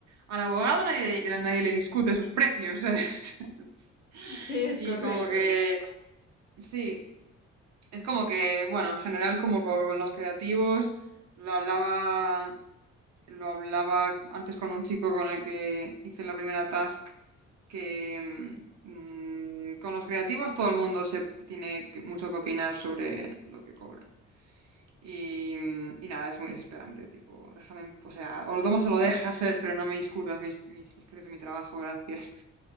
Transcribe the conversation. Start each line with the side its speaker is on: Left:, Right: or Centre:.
Right: al abogado nadie, nadie le discute sus precios, ¿sabes? <laughs>
Left: Sí, es
Right: Y
Left: correcto,
Right: como que, sí, es como que, bueno, en general como con los creativos, lo hablaba, lo hablaba antes con un chico con el que hice la primera task, que mm, con los creativos todo el mundo se tiene que- mucho que opinar sobre lo que cobran. Y, mm, y nada, es muy desesperante, tipo, déjame, en- o sea, o lo tomas o lo dejas, ¿eh? <laughs> pero no me discutas mis, mis- los precios de mi trabajo, gracias.